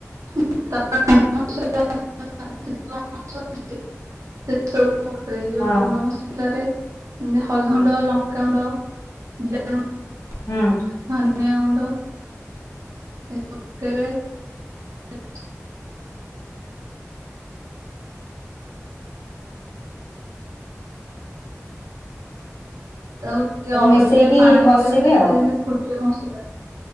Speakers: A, on the right (about 85°); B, on the left (about 70°).
A: <inaudible> ସେ ସବୁ ପକେଇବେ ଯୋଉ ଗୁଣ୍ଡ ମସଲାରେ
B: ହଁ
A: ଯିମିତି ହଳଦୀଗୁଣ୍ଡ, ଲଙ୍କାଗୁଣ୍ଡ, ଜୀରା ଗୁ
B: ହୁଁ।
A: ଧନିଆ ଗୁଣ୍ଡ ପକେଇବେ। <inaudible> ପରେ <inaudible> <inaudible> ତାକୁ ଟିକେ
B: ସବୁ
A: ଅଳ୍ପ
B: ମିଶେଇକି
A: ଟିକେ ପାଣି
B: କଷିବେ
A: ଦେବେ ସେଇଟା ଯେମିତି ଫୁଟିବ ଭଲସେ।